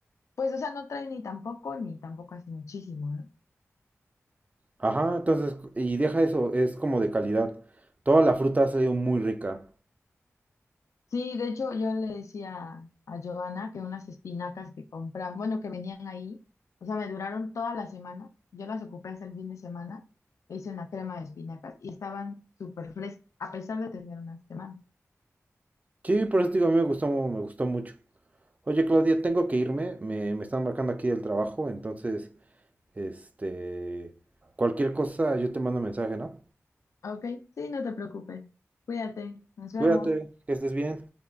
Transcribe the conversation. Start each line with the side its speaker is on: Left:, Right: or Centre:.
Left: pues, o sea, no trae ni tampoco, ni tampoco así muchísimo, ¿no?
Right: Ajá, entonces, y deja eso, es como de calidad. Toda la fruta ha salido muy rica.
Left: Sí, de hecho, yo le decía a Giovanna que unas espinacas que compran, bueno, que venían ahí, o sea, me duraron toda la semana. Yo las ocupé hasta el fin de semana, e hice una crema de espinacas y estaban súper frescas, a pesar de tener una semana.
Right: Sí, por eso te digo, a mí me gustó, me gustó mucho. Oye, Claudia, tengo que irme, me, me están marcando aquí del trabajo, entonces, este, cualquier cosa, yo te mando mensaje, ¿no?
Left: Ok, sí, no te preocupes. Cuídate, nos vemos.
Right: Cuídate, que estés bien.